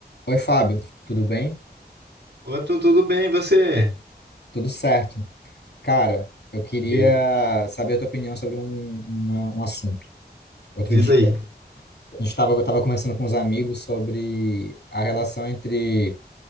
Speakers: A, on the left; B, on the right.
A: Oi, Fábio, tudo bem?
B: Ô, tu, tudo bem, e você?
A: Tudo certo. Cara, eu queria
B: Beleza.
A: saber a tua opinião sobre um, uma- um assunto. Outro
B: Diz
A: dia,
B: aí.
A: a gente estava tava tava conversando com uns amigos sobre a relação entre